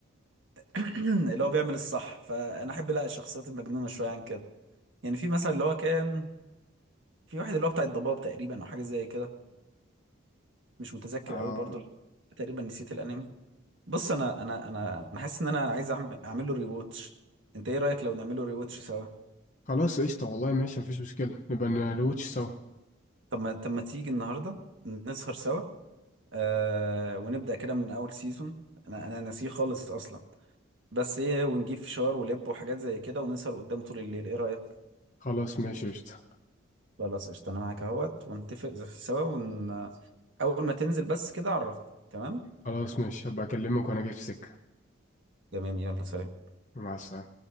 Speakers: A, on the right (about 65°); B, on the left (about 40°).
A: <clears throat> اللي هو بيعمل الصح فانا احب لا الشخصيات المجنونه شويه عن كده يعني في مثلا اللي هو كان في واحد اللي هو بتاع الضباب تقريبا او حاجه زي كده مش متذكر
B: آه
A: قوي برضو لأن تقريبا نسيت الانمي بص انا انا انا انا حاسس ان انا عايز اعمل اعمل له ريواتش انت ايه رايك لو نعمله ريواتش سوا
B: خلاص قشطة والله ماشي مفيش مشكلة نبقى نلوتش سوا
A: طب ما طب ما تيجي النهارده نسهر سوا آه ونبدا كده من اول سيزون انا انا ناسيه خالص اصلا بس ايه ونجيب فشار ولب وحاجات زي كده ونسهر قدامه طول الليل ايه رأيك
B: خلاص ماشي قشطة
A: خلاص قشطة انا معاك اهوت ونتفق سوا ون... اول ما تنزل بس كده عرفني تمام
B: خلاص ماشي هبقى اكلمك وانا جاي في سكة
A: تمام يلا سلام
B: مع السلامة